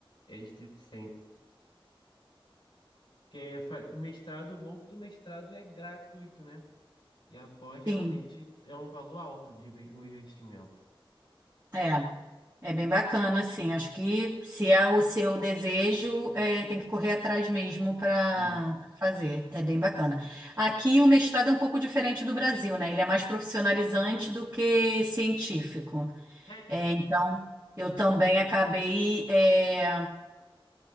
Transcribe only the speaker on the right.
Sim,
é. É bem bacana, assim. Acho que se é o seu desejo, é, tem que correr atrás mesmo para
fazer. É bem bacana. Aqui o mestrado é um pouco diferente do Brasil, né? Ele é mais profissionalizante do que científico.
É, então, eu também acabei. é,